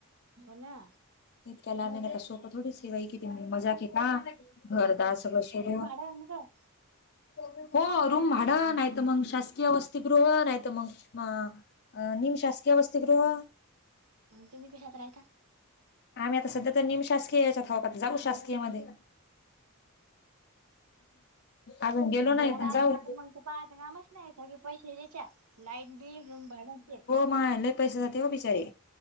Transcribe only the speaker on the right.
हो ना
होन काय
तुम्ही कशात राहाता
रुम
भाडा
असलं तर मग तर पाहाच नामच नाही सगळे पै <unintelligible> लाईट बिल रुम भाड ते